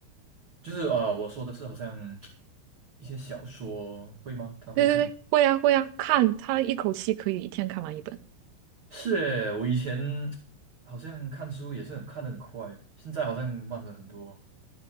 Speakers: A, on the right; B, on the right.
A: 就是啊，呃我说的是好像一些小说会吗？他会看吗？
B: 对对对，会啊会啊，看他一口气可以一天看完一本。
A: 是诶，我以前好像看书也是很看的很快，现在好像慢了很多。